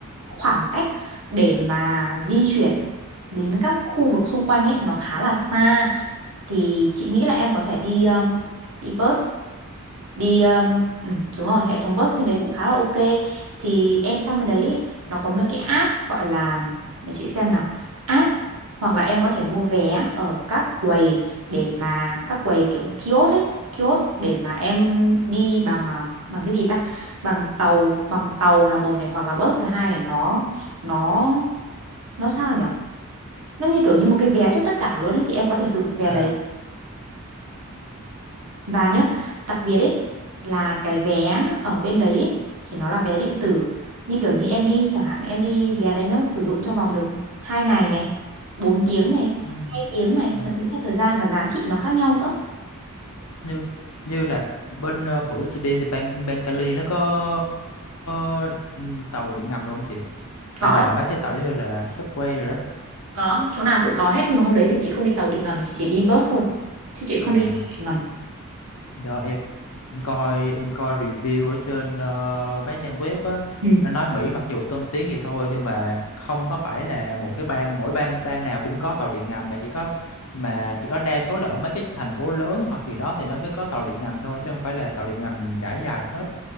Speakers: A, on the right (about 75°); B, on the left (about 75°).
A: khoảng cách để mà di chuyển đến các khu vực xung quanh ấy nó khá là xa thì chị nghĩ là em có thể đi um, đi bus đi um, ừ, đúng rồi hệ thống bus bên đấy cũng khá là ok thì em sang bên đấy nó có mấy cái app gọi là để chị xem nào app hoặc là em có thể mua vé ở các quầy để mà các quầy kiểu kiosk ấy kiosk để mà em đi bằng à, bằng cái gì ta bằng tàu bằng tàu là một này hoặc là bus là hai này nó nó nó sao nhở nó như kiểu như một cái vé cho tất cả luôn ấy thì em có thể sử dụng vé
B: là
A: đấy Và nhá, đặc biệt ấy là cái vé ở bên đấy ấy, thì nó là vé điện tử. Như kiểu như em đi chẳng hạn em đi vé đấy nó sử dụng trong vòng được 2 ngày này, 4 tiếng này,
B: ừ,
A: 2 tiếng này,
B: như
A: nó
B: là
A: tính theo thời gian và giá trị nó khác nhau nữa.
B: như như là bên ờ, bữa chị đi thì bang bang Cali nó có có ừ, tàu điện ngầm rồi không chị hay
A: Có
B: là
A: em ạ,
B: mấy cái tàu giống như là subway rồi
A: có, chỗ nào cũng có hết nhưng mà hôm đấy thì chị không đi tàu điện ngầm, chị chỉ đi bus thôi. Chứ chị không
B: đó
A: đi tàu điện ngầm.
B: Do em, em coi em coi review ở trên ờ, mấy trang web á
A: Ừ,
B: nó nói Mỹ mặc dù tân tiến vậy thôi nhưng mà không có phải là một cái bang mỗi bang bang nào cũng có tàu điện ngầm mà chỉ có mà chỉ có đa số là ở mấy cái thành phố lớn hoặc gì đó thì nó mới có tàu điện ngầm thôi chứ không phải là tàu điện ngầm trải dài hết